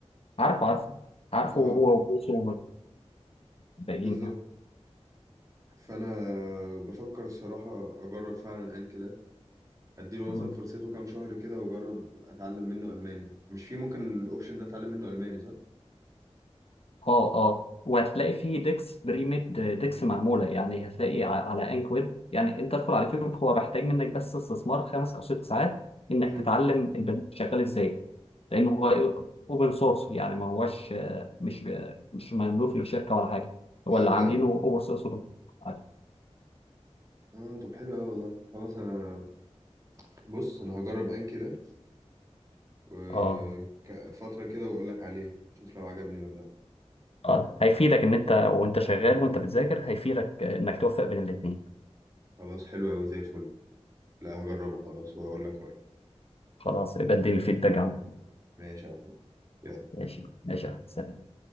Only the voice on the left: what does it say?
عارفه عارفه عارفه
هو وبوسو والباقيين
يعني
اه اه وهتلاقي فيه ديكس بريميد ديكس معموله يعني هتلاقي ع- على انك ويب يعني انت تدخل على اليوتيوب هو محتاج منك بس استثمار خمس او ست ساعات انك
تتعلم البرنامج شغال ازاي لان هو اوبن سورس يعني ما هوش آه، مش آه، مش مملوك للشركه ولا حاجه هو
اللي
عاملينه اوبن سورس عادي
اه
اه هيفيدك ان انت وانت شغال وانت بتذاكر هيفيدك آه، انك توفق بين الاثنين
خلاص يبقى اديني الفيدباك عنك
ماشي ماشي يا أحمد.